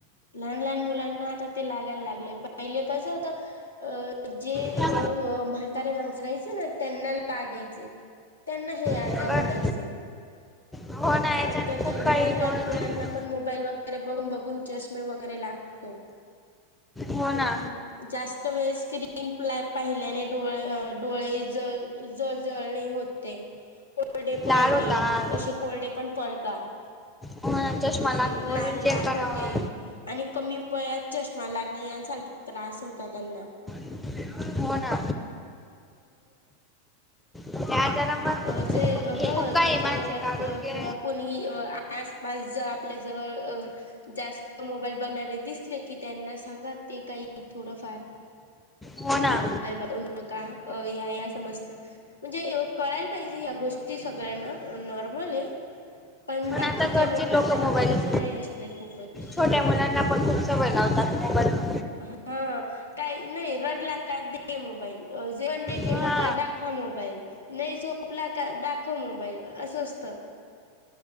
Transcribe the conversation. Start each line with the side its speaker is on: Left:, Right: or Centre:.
Left: लहान लहान मुलांना आता ते लागायला लागलेय पहिले कस होत अ, जे
Centre: हो
Left: अ म्हातारे माणसं राहायचे ना त्यांना लागायचे त्यांना हे आजार
Centre: पण
Left: व्हायचे
Centre: हो ना याच्याने
Left: आता
Centre: खूप
Left: तर लहान
Centre: काही
Left: लहान
Centre: डोळ्याचे
Left: मुलांना पण मोबाईल वग अरे बघून बघून जास् वगैरे लागतो
Centre: हो ना
Left: <inaudible> जास्त वेळ <unintelligible> पाहिल्याने डो डोळे ज जजळणे होते. कोरडे पडणे
Centre: लाल होतात
Left: अशीे कोरडे <unintelligible> <unintelligible>
Centre: हो ना चष्मा लागतो
Left: लाल
Centre: अजून चेक
Left: लाल
Centre: करावा
Left: होते आणि कमी वयात चष्मा लागणे यांसारखे त्रास होतात <unintelligible> ना
Centre: <unintelligible> हो ना त्या आजारा मग
Left: ह ज
Centre: खूप
Left: ह
Centre: काही
Left: तुमच्या
Centre: आहे मानसिक
Left: घरात
Centre: आरोग्य
Left: किंवा कोणीही आसपास आपल्या जवळ जास्त मोबाईल बघणार येतेस की त्यांना सांगात ते काही थोडं फार
Centre: हो
Left: किवा
Centre: ना
Left: मोबाईल का या या समस्त म्हणजे कळायला पाहिजे ह्या गोष्टी सगळ्यांना नॉर्मल ये. पण बाकीच्या
Centre: आता घरचे
Left: लोकांना
Centre: लोक मोबाईल
Left: तर सवय असते खूपच
Centre: छोट्या मुलांना पण खूप सवय लावतात मोबाईल नं
Left: हा काही नाही रडला का दे मोबाईल जेवण नाही केलं
Centre: हा
Left: का दाखवा मोबाईल नही झोपला का दाखव मोबाईल असं असत